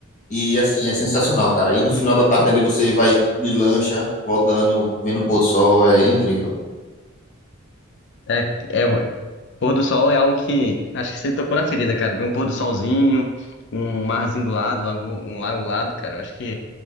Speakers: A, on the left; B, on the left.
A: E assim, é sensacional, cara. E no final da tarde ali você vai de lancha, voltando, vendo o pôr do sol, é incrível.
B: É, é, Pôr do sol é algo que acho que você tocou na ferida, cara. Ver um pôr do solzinho, um marzinho do lado, lago- um lago do lado, cara. Acho que